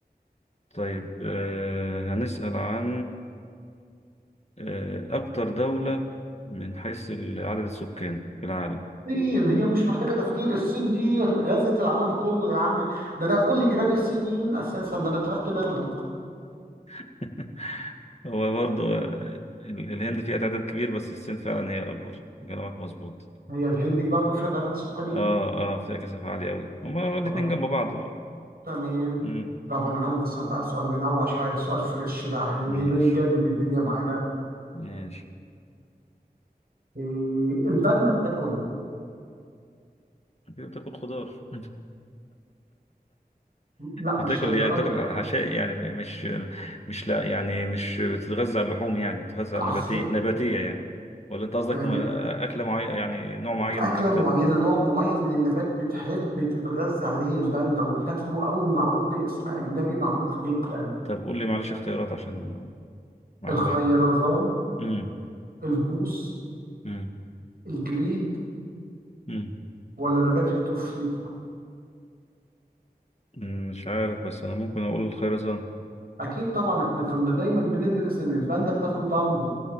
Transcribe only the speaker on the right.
الصين هي مش محتاجة تفكير الصين دي غزت العالم كله يا عم ده انا كل جيراني صينيين اساسا ده انا تعبت منهم
هي الهند برضه فيها تعداد سكاني
كبير
تمام
طب انا عايز اسال بقى سؤال منوع شويه سؤال فريش بقى يعني
يجدد الدنيا معانا
إيه الباندا بتاكل ايه؟
لا مش
للدرجه
اصل
تمام
اكله
معينه نوع معين من النبات بتحب تتغذى عليه الباندا وبتاكله قوي ومعروف باسم اجنبي معروف جدا
الخيرزون
البوص
الجريد
ولا نبات الطفلي
اكيد طبعا احنا كنا دايما بندرس ان الباندا بتاكل بامبو